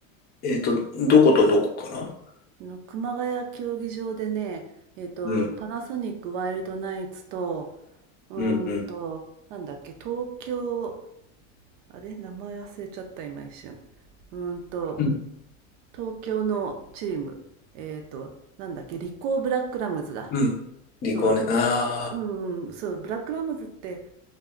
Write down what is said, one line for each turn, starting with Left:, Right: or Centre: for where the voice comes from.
Left: えっと、どことどこかな
Right: あの、熊谷競技場でね、えっと、
Left: うん、
Right: パナソニックワイルドナイツと、うーんと、
Left: うん、うん。
Right: なんだっけ、東京、あれ名前忘れちゃった、今一瞬。うーんと、
Left: うん、
Right: 東京のチーム、えっと、なんだっけ、リコーブラックラムズだ。
Left: うん。リコね。
Right: そう、
Left: ああ、
Right: うんそう、ブラックラムズって、